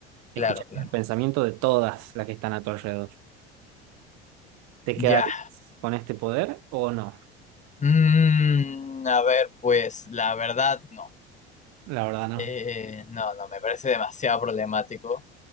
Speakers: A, on the right; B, on the left.
A: escucharías
B: Claro, claro.
A: el pensamiento de todas las que están a tu alrededor. ¿Te quedarías
B: Ya.
A: con este poder o no?
B: Mm, a ver, pues la verdad, no.
A: La verdad no.
B: Eh, no, no, me parece demasiado problemático